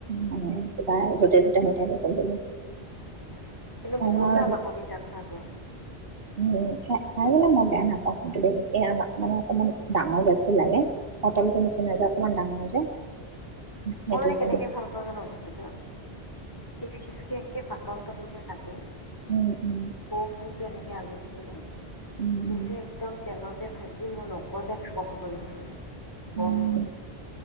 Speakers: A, on the right (about 65°); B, on the left (about 20°).
A: মানে কিবা য'তে ত'তে হৈ থাকে, <unintelligible>
B: উ। কিন্তু
A: আমাৰ
B: বহুত ভাল আকৌ, তিতা খোৱাটো।
A: উ। খা-খাই পেলাই মই বেয়া নাপাওঁ কিন্তু দেই। এই আমাৰ মানে অকমান ডাঙৰ জাতটো লাগে। পটলটো নিচিনা যে অকণমান ডাঙৰ যে।
B: <inaudible>
A: সেইটো
B: মই মানে কেনেকে
A: তেনে
B: ভাল পাওঁ জান বস্তুটো, খিচ খিচ কে একে পাতল পাতলকে। কাটি।
A: উম' উম'।
B: সৰু সৰু এনেকে আলু দি পেলাই,
A: উম,
B: কিন্তু একদম তেলতে ভাজি। যি মোৰ লগতে খাব পাব লাগিবে মানে,
A: উম,
B: গৰমে গৰমে